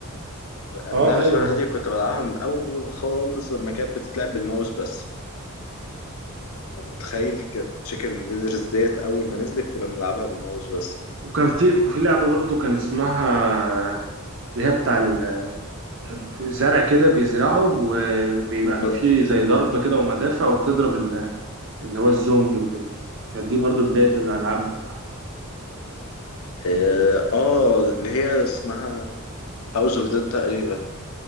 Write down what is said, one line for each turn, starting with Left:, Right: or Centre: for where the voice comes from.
Left: أنا
Right: اه
Left: لعبة
Right: حلوه
Left: فراخ
Right: برضه.
Left: دي كنت بلعبها من أول خالص لما كانت بتتلعب بالماوس بس أنت متخيل كانت تشيكن انفيدرز ديت أول ما نزلت كنا بنلعبها بالماوس بس
Right: وكان في وفي لعبة برضو كان اسمها اللي هي بتاع ال- الزرع كده بيزرعه وبيبقى
Left: م...
Right: فيه زي ضرب كده ومدافع وبتضرب ال- اللي هو الزومبي وكده كانت دي برضو بداية الألعاب بتاعتي
Left: آه آه، اللي هي اسمها هاوس اوف ديد تقريبا